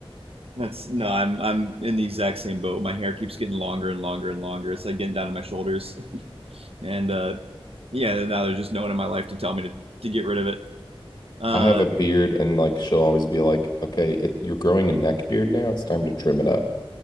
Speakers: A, on the right (about 80°); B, on the left (about 30°).
A: that's no, I'm I'm in the exact same boat. My hair keeps getting longer and longer and longer. It's like getting down to my shoulders, <laughs> and uh, yeah, now there's just no one in my life to tell me to to get rid of it. Uh,
B: I have a beard and like she'll always be like, "Okay, it, you're growing a neck beard now. It's time to trim it up." I'm